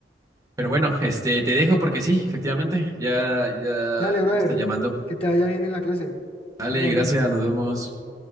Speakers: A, on the right; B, on the left.
A: Pero bueno, este, te dejo porque sí, efectivamente, ya, ya,
B: Dale, brother,
A: ya me están llamando.
B: que te vaya bien en la clase.
A: Dale,
B: Estamos
A: gracias,
B: hablando.
A: nos vemos.